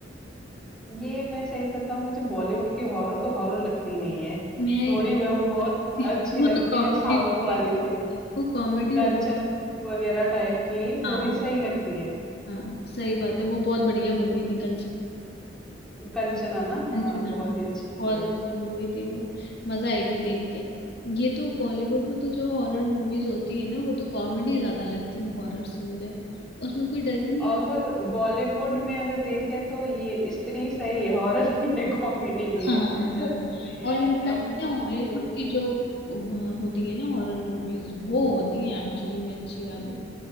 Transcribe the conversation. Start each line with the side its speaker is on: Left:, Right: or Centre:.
Centre: ये मैं सही बताऊं मुझे बॉलीवुड की हॉरर तो हॉरर लगती नहीं है
Left: मैं
Centre: थोड़ी वह बहुत
Left: <laughs>
Centre: अच्छी
Left: वो
Centre: लगती
Left: तो कॉमेडी
Centre: है साउथ
Left: होती
Centre: वाली
Left: है
Centre: थोड़ी
Left: वो कॉमेडी
Centre: कंचना
Left: हो
Centre: 2 वगैरह टाइप की
Left: हाँ
Centre: थोड़ी सही लगती है
Left: हाँ सही बात है वो बहुत बढ़िया मूवी थी कंचन
Centre: कंचना ना हाँ
Left: कंचना
Centre: बहुत
Left: हाँ,
Centre: ही अच्छी मूवी
Left: बहुत
Centre: है
Left: अच्छी मूवी थी वो मजा आई थी देख के ये तो बॉलीवुड में तो जो हॉरर मूवीज होती है ना वो तो कॉमेडी ज्यादा लगती है हॉरर से मुझे उसमें कोई डर ही नहीं
Centre: और अगर बॉलीवुड में अगर देखें तो ये स्त्री सही है हॉरर <laughs> भी है कॉमेडी भी
Left: हाँ
Centre: है <laughs> सही
Left: हाँ
Centre: है
Left: और इनफैक्ट
Centre: एकदम
Left: पता है
Centre: स्त्री
Left: हॉलीवुड
Centre: टू
Left: की जो अम, होती है ना हॉरर मूवीज वो होती है एक्चुअली में अच्छी वाली